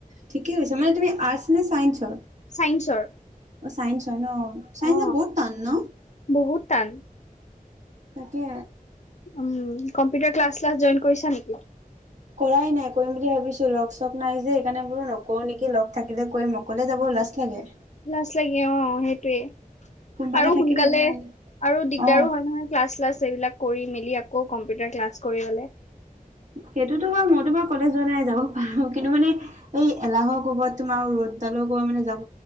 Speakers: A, on the right; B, on the left.
A: ঠিকে কৈছে মানে তুমি আৰ্টছ নে চাইন্সৰ?
B: চাইন্সৰ
A: অ, চাইন্স হয় ন', চাইন্স
B: অ
A: বহুত টান ন?
B: বহুত টান
A: তাকে,
B: উম, কম্পিউটাৰ ক্লাছ- শ্লাছ জইন কৰিছা নেকি?
A: কৰাই নাই কৰিম বুলি ভাবিছো। লগ চগ নাই যে এইকাৰণে বোলো নকৰো নেকি লগ থাকিলে কৰিম অকলে যাবও লাজ লাগে।
B: লাজ লাগে অ, সেইটোৱে।
A: কোনোবা
B: আৰু
A: এটা থাকিলে
B: সোনকালে
A: ভাল
B: আৰু দিগদাৰো
A: অ
B: হয়- নহয় ক্লাছ- শ্লাচ এইবিলাক কৰি মেলি, এই আকৌ কম্পিউটাৰ ক্লাছ কৰিবলে,
A: সেইটোতো হয় মই তোমাৰ কলেজ যোৱা নাই যাব পাৰো কিন্তু মানে এই এলাহৰ কোবত তোমাৰ ৰ'দডালৰ কব মানে যাব,